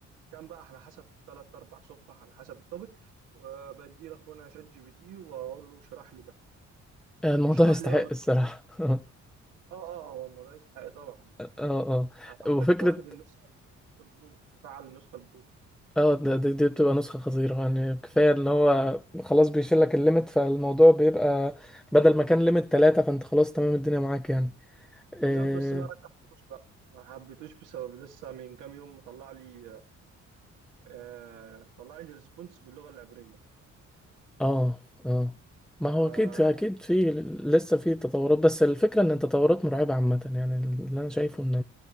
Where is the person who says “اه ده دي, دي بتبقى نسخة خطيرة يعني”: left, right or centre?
Centre